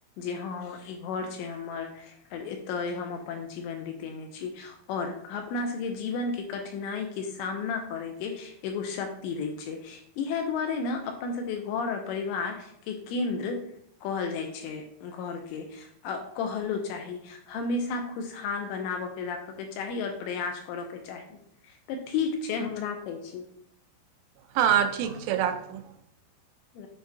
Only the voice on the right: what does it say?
हँ ठीक छै राखू